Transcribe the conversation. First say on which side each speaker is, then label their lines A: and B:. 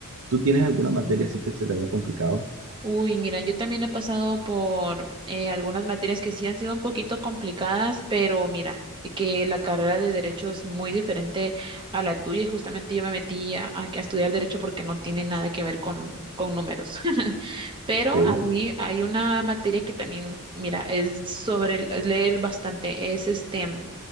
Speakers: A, on the right; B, on the right.
A: ¿Tú tienes alguna materia
B: Mm.
A: así que se te haya complicado?
B: Uy, mira, yo también he pasado por eh, algunas materias que sí han sido un poquito complicadas, pero mira, que la carrera de derecho es muy diferente a la tuya y justamente yo me metí a, a- a estudiar derecho porque no tiene nada que ver con, con números. Pero
A: Ok,
B: ahí hay una materia que también, mira, es sobre el- es leer bastante, es este, mm,